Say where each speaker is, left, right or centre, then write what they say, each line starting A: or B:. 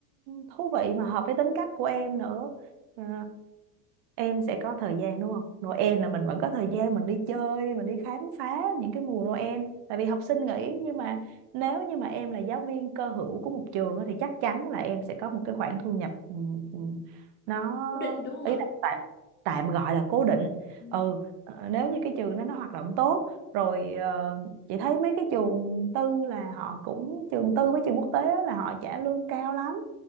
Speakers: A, on the right; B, on the left.
A: thú vị mà hợp với tính cách của em nữa. Ờ, em sẽ có thời gian đúng không? Noel là mình vẫn có thời gian mình đi chơi, mình đi khám phá những cái mùa Noel. Tại vì học sinh nghỉ nhưng mà nếu như mà em là giáo viên cơ hữu của một trường á, thì chắc chắn là em sẽ có một cái khoản thu nhập ừ, ừ, nó
B: Cố định đúng không
A: ý
B: ạ?
A: là tạm, tạm gọi là cố định.
B: Ừ.
A: Ừ, ờ, nếu như cái trường đó nó hoạt động tốt rồi ờ, chị thấy mấy cái trường tư là họ cũng trường tư với trường quốc tế á, là họ trả lương cao lắm